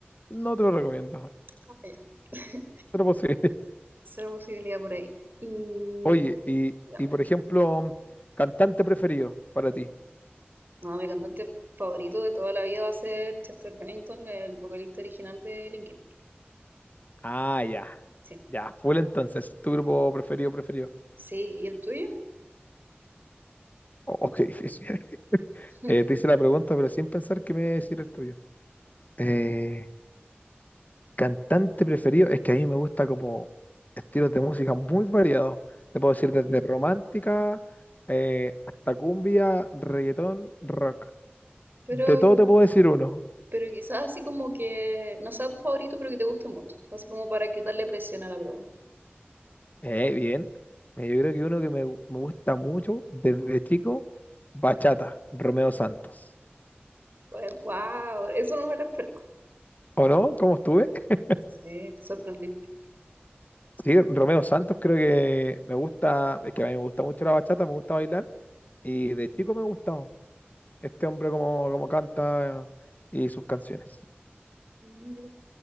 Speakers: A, on the left (about 40°); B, on the right (about 55°).
A: No te lo recomiendo.
B: Ah, ya. <laughs>
A: Cero posible.
B: Cero posibilidad por ahí. Y
A: Oye, y,
B: ya,
A: y por ejemplo, cantante preferido para ti.
B: no, mi cantante favorito de toda la vida va a ser Chester Bennington, el vocalista original de Linkin Park.
A: Ah, ya.
B: Sí,
A: Ya, full entonces, es tu grupo preferido, preferido.
B: sí, ¿y el tuyo?
A: Oh, oh, qué difícil. <laughs>
B: <laughs>
A: Eh, te hice la pregunta, pero sin pensar que me decir el tuyo. Eh, cantante preferido, es que a mí me gusta como estilos de música muy variados. Te puedo decir desde romántica eh, hasta cumbia, reggaetón, rock.
B: Pero
A: De todo te puedo decir uno.
B: Pero quizás así como que no sea tu favorito, pero que te guste mucho. Así como para quitarle presión a la pregunta.
A: Eh, bien. Mira, Yo creo que uno que me, gu- me gusta mucho desde chico, bachata, Romeo Santos.
B: Pues, wow, eso no me lo esperaba.
A: ¿O no? ¿Cómo estuve? <laughs>
B: Sí, sorprendiste.
A: Sí, Romeo Santos creo que me gusta, es que a mí me gusta mucho la bachata, me gusta bailar y de chico me ha gustado este hombre como, como canta y sus canciones.
B: Mira.